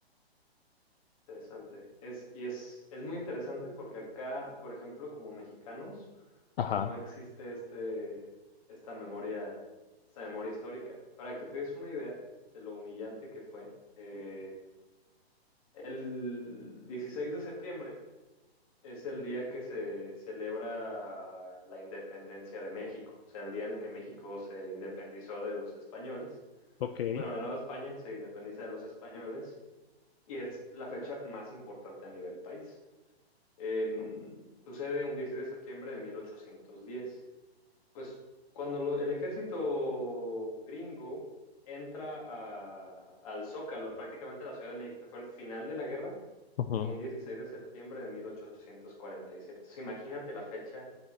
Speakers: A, on the left; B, on the left.
A: Interesante. Es, y es, es muy interesante porque acá, por ejemplo, como mexicanos,
B: Ajá.
A: no existe este, esta memoria, esta memoria histórica. Para que te des una idea de lo humillante que fue, eh, el 16 de septiembre es el día que se celebra la independencia de México, o sea, el día en el que México se independizó de los españoles.
B: Ok.
A: Bueno, la Nueva España se independiza de los españoles y es la fecha más importante a nivel país. Em, sucede un 16 de septiembre de 1810. Pues cuando lo- el ejército gringo entra a- al Zócalo, prácticamente a la Ciudad de México, que fue el final de la guerra,
B: Ujú.
A: fue un 16 de septiembre de 1847. Entonces, imagínate la fecha